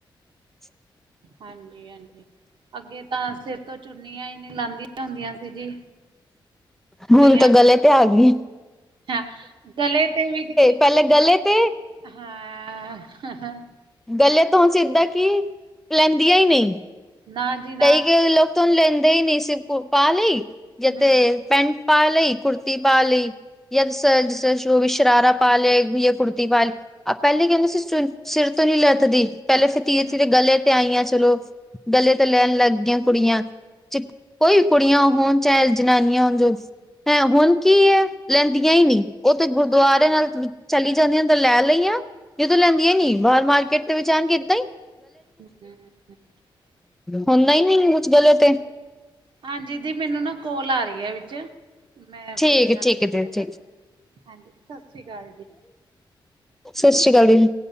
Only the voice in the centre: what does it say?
<inaudible>
ਹੁਣ ਤਾਂ ਗਲੇ ਤੇ ਆ ਗਈ।
ਪਹਿਲੇ ਗਲੇ ਤੇ
ਗੱਲੇ ਤੋ ਸਿੱਧਾ ਕਿ ਲੈਂਦੀਆਂ ਈ ਨਈ
ਕਈ-
ਕਈ ਲੋਕ ਤੁ ਉਹਾਨੂੰ ਲੈਂਦੇ ਈ ਨਈ ਸੀਰ ਕੋ ਪਾ ਲਈ ਜਥੇ
ਪੈਂਟ ਪਾ ਲਈ ਕੁੁਰਤੀ ਪਾ ਲਈ ਯ ਜ ਉਹ ਵੀ ਸ਼ਰਾਰਾ ਪਾ ਲਿਆ ਕੁੁਰਤੀ ਪਾਲੀ ਹ ਪਹਿਲੇ ਕਹਿੰਦੇ ਸੀ ਚ ਸਿਰ ਤੋਂ ਨੀ ਲੱਥਦੀ, ਪਹਿਲੇ ਧੀਰੇ-
ਧੀਰੇ ਗਲੇ ਤੇ ਆਈਆਂ ਚਲੋ, ਗਲੇ ਤੇ ਲੈਣ ਲੱਗ ਗਈਆਂ ਕੁੜੀਆਂ ਕੋਈ ਵੀ ਕੁੜੀਆਂ ਹੋਣ ਚਾਹੇ ਜਨਾਨੀਆਂ ਹ ਜੋ ਹੈਂ ਹੁਣ ਕੀ ਐ ਲੈਂਦੀਆਂ ਈ ਨੀ। ਉਹ ਤੇੇ ਗੁਰਦੁਆਰੇ
ਨਾਲ ਚਲੀ ਜਾਂਦੀ ਆ ਤਾਂ ਲੈ ਲਈਆ, ਜਦੋਂ ਲੈਂਦੀਆਂ ਨੀ ਬਾਹਰ ਮਾਰਕੀਟ ਦੇ ਵਿੱਚ ਆਣਗੇ ਇੱਦਾਂ ਈ
ਹੁੰਦਾ ਈ ਨਈ ਕੁਛ ਗਲਤ ਏ
ਠੀਕ
ਹੈ ਠੀਕ
ਹੈ ਦੀ
ਠੀਕ
ਸਸ਼ਿ ਸੀਕਾਲ ਜੀ।